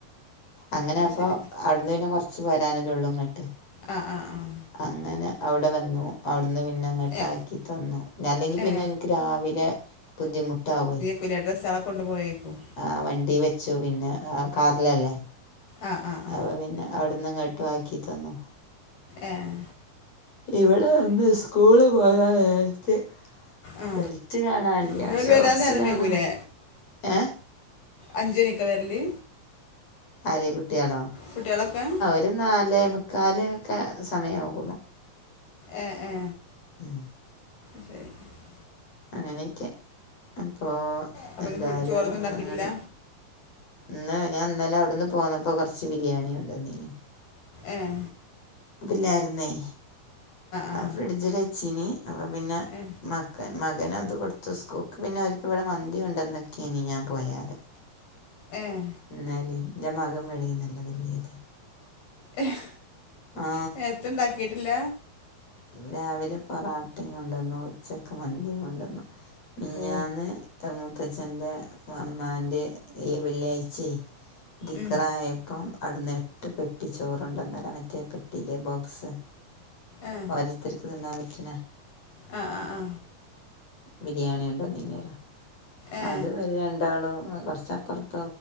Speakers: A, on the left; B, on the left.
A: അങ്ങനെ
B: അത്
A: അപ്പൊ
B: ശരി
A: അവിട്ന്ന് പിന്നെ കൊറച്ച് പോരാനല്ലേ ഒള്ളു ഇങ്ങട്ട്
B: ആ ഹ് ആഹ് ആഹ്
A: അങ്ങനെ അവിടെ വന്നു അവിട്ന്ന് പിന്നെ ഇങ്ങട്ട്
B: ഏ
A: ആക്കി തന്നു അല്ലെങ്കിൽ
B: ഏ
A: പിന്നെ എനിക്ക് രാവിലെ ബുദ്ധിമുട്ടാവുവേ
B: പുതിയ ഡ്രെസ്സള് കൊണ്ടു പോയേക്കും
A: ആഹ് വണ്ടി വെച്ചു പിന്നെ ആ കാറിലല്ലേ
B: ആ ആ ആ
A: അപ്പൊ പിന്നെ അവിടുന്ന്ങ്ങോട്ട് ആക്കി തന്നു
B: ഏഹ്
A: ഇവിടെ എന്ത് സ്കൂളില് പോയാ നേരത്തെ
B: ആ
A: ബെൽറ്റ് കാണാനില്ലാ
B: ഇന്നോല്
A: ഷോക്സ്
B: വരാൻ നേരം
A: കാണാനില്ല
B: വൈകൂലേ
A: ഏഹ്
B: അഞ്ച്ണിക്കാ വരല്
A: ആര് കുട്ടിയാണോ
B: കുട്ട്യൊളൊക്കെ
A: ഒരു നാലേ മുക്കാൽ ഒക്കെ സമയമാകുമ്പോ
B: ഏ ഏ
A: ഉം
B: <unintelligible>
A: അങ്ങനെയൊക്കെ അപ്പോ
B: അപ്പം
A: എന്തായാലും
B: ഇന്ന് ഫുഡ് ചോറൊന്നും ഉണ്ടാക്കിയിട്ടില്ല
A: അങ്ങനെയൊക്കെ ഇന്ന് ഞാൻ ഇന്നലെ അവിടുന്ന് പോന്നപ്പോ കുറച്ച് ബിരിയാണി കൊണ്ടന്നീന്
B: ഏഹ്
A: ഇല്ലാരിന്നേ
B: ആ
A: ആത് ഫ്രിഡ്ജിൽ വച്ചീന് അപ്പ പിന്നെ
B: ഏ
A: മക്കള് മകന് അത് കൊടുത്തു സ്കൂൾക്ക് പിന്നെ അവർക്ക് ഇവിടെ മന്തി കൊണ്ടെന്നക്കേനി ഞാൻ പോയാരെ
B: ഏഹ്
A: ഇന്നാലെ എന്റെ മകൻ പറേന്നല്ലേ വല്ലിയത്
B: ഹും
A: ആ
B: നേരത്തിണ്ടാക്കിട്ടില്ല
A: രാവിലെ പൊറാട്ടേം കൊണ്ടന്നു ഉച്ചക്ക് മന്തിയും കൊണ്ടന്നു മിഞ്ഞാന്ന്
B: ഓ
A: ഇന്റെ മൂത്തച്ഛന്റെ ഈ വെള്ളിയാഴ്ചയായി ദിക്കറായപ്പം
B: ഉം.
A: അവ്ട്ന്ന് എട്ട് പെട്ടി ചോറോണ്ട് അന്നേരം മറ്റേ പെട്ടിയിലെ ബോക്സ്
B: ഏ
A: ഓരോത്തരിക്ക് തിന്നാൻ പറ്റിണ
B: ആ ആ ആഹ
A: ബിരിയാണി ഉണ്ടോന്നീനേരം
B: ഏ
A: അത് ഇവര് രണ്ടാളും കൊറച്ചപ്പറത്തു